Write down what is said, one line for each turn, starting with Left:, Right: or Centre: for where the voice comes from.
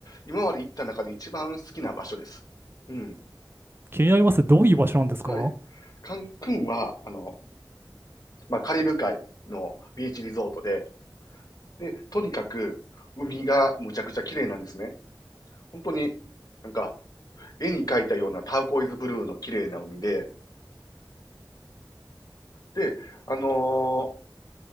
Left: 今まで行った中で一番好きな場所です。うん。
Right: 気になります。どういう場所なんですか
Left: はい。カンクンは、あの、まあ、カリブ海のビーチリゾートで、で、とにかく海がむちゃくちゃ綺麗なんですね。本当に、なんか、絵に描いたようなターコイズブルーの綺麗な海で、で、あのー